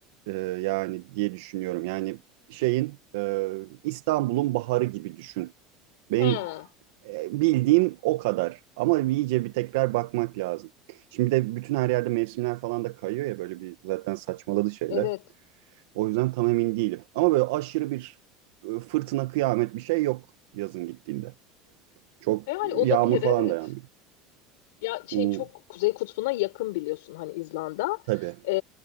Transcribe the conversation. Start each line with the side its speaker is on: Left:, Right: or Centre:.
Right: e, yani diye düşünüyorum. Yani şeyin e, İstanbul'un baharı gibi düşün. Benim
Left: Ha,
Right: e, bildiğim o kadar. Ama iyice bir tekrar bakmak lazım. Şimdi de bütün her yerde mevsimler falan da kayıyor ya böyle bir zaten saçmaladı şeyler.
Left: evet.
Right: O yüzden tam emin değilim. Ama böyle aşırı bir e, fırtına kıyamet bir şey yok yazın gittiğinde. Çok
Left: E, hani
Right: yağmur
Left: olabilir
Right: falan
Left: evet.
Right: da yağmıyor.
Left: Ya şey
Right: Hmm,
Left: çok Kuzey Kutbu'na yakın biliyorsun hani İzlanda.
Right: tabii.
Left: E,